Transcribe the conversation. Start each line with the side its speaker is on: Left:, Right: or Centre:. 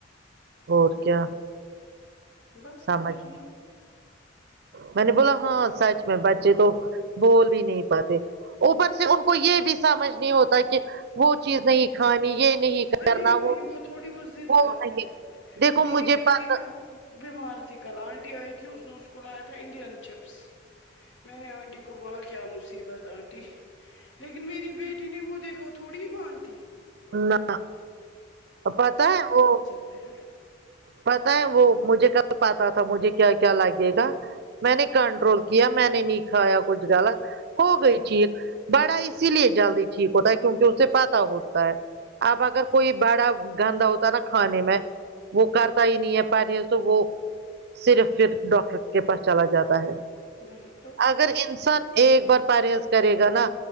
Right: اور کیا
Left: بس
Right: سمجھ
Left: آپ سنا
Right: میں نے بولا ہاں سچ میں بچے تو بول بھی نہیں پاتے اوپر سے ان کو یہ بھی سمجھ نہیں ہوتا کہ وہ چیز نہیں کھانی یہ نہیں
Left: وہی
Right: کرنا
Left: وہی وہ تھوڑی بہت زید
Right: وہ
Left: کرتے
Right: نہیں
Left: ہیں
Right: دیکھو
Left: میری
Right: مجھے
Left: بیٹی
Right: پتا
Left: نا بیمار تھی کل آنٹی آئی تھی اس نے اس کو لایا تھا انڈین چپس میں نے آنٹی کو بولا کیا مصیبت آنٹی لیکن میری بیٹی نے وہ دے کو تھوڑی ہی مانتی
Right: نہ پتہ ہے وہ
Left: کہ ہیں
Right: پتہ ہے وہ مجھے کل پاتا تھا مجھے کیا کیا لگے گا میں نے کنٹرول کیا میں نے نہیں کھایا کچھ غلط ہو گئی ٹھیک بڑا اسی لیے جلدی ٹھیک ہوتا ہے کیونکہ اسے پتہ ہوتا ہے اب اگر کوئی بڑا گندا ہوتا نا کھانے میں وہ کرتا ہی نہیں ہے <unintelligible> تو وہ صرف پھر ڈاکٹر کے پاس چلا جاتا ہے
Left: وہی تو
Right: اگر انسان ایک بار پرہیز کرے گا نا